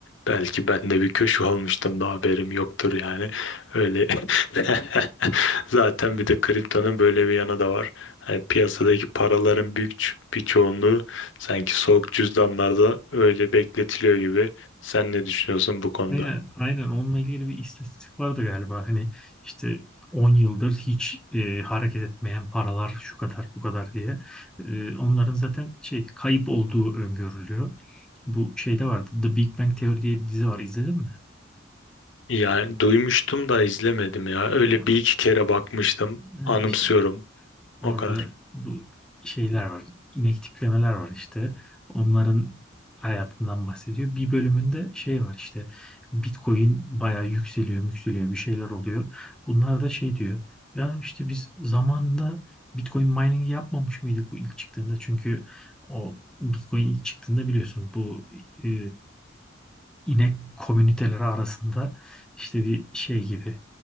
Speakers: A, on the left; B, in the centre.
A: Belki ben de bir köşe olmuştum da haberim yoktur yani. Öyle <laughs> zaten bir de kriptonun böyle bir yanı da var. Yani piyasadaki paraların büyük ç- bir çoğunluğu sanki soğuk cüzdanlarda öyle bekletiliyor gibi. Sen ne düşünüyorsun bu konuda?
B: Aynen, aynen onunla ilgili bir istatistik vardı galiba. Hani işte 10 yıldır hiç e, hareket etmeyen paralar şu kadar bu kadar diye. E, onların zaten şey kayıp olduğu öngörülüyor. Bu şeyde vardı. The Big Bang Theory diye bir dizi var. İzledin mi?
A: Yani duymuştum da izlemedim ya. Öyle
B: E,
A: bir iki kere bakmıştım.
B: e,
A: Anımsıyorum.
B: işte Orada
A: O kadar.
B: bu şeyler var. inek tiplemeler var işte. Onların hayatından bahsediyor. Bir bölümünde şey var işte. Bitcoin bayağı yükseliyor, yükseliyor bir şeyler oluyor. Bunlar da şey diyor. Ya işte biz zamanında Bitcoin mining'i yapmamış mıydık bu ilk çıktığında? Çünkü o Bitcoin ilk çıktığında biliyorsun bu e, inek komüniteleri arasında işte bir şey gibi